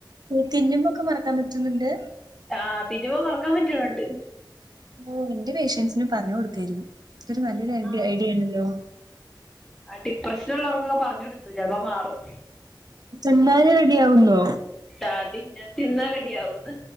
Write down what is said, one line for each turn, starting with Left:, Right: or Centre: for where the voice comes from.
Right: തിന്നുമ്പൊക്കെ മറക്കാൻ പറ്റുന്നുണ്ട്
Centre: ആഹ് തിന്നുമ്പോ മറക്കാൻ പറ്റണുണ്ട്
Right: ഓ ന്റെ പേഷ്യൻസിനും പറഞ് കൊടുക്കെയിരുന്നു ഇതൊരു നല്ലൊരു ഐഡിയ
Centre: ആ
Right: ഐഡിയ ആണല്ലോ
Centre: ആ ഡിപ്രഷനുള്ളോർക്കൊക്കെ പറഞ്ഞു കൊടുക്ക് ചെലപ്പോ മാറും
Right: തിന്നാതെ റെഡിയാവുന്നോ?
Centre: ആഹ് തിന്നാ തിന്നാതെ റെഡിയാവുന്ന്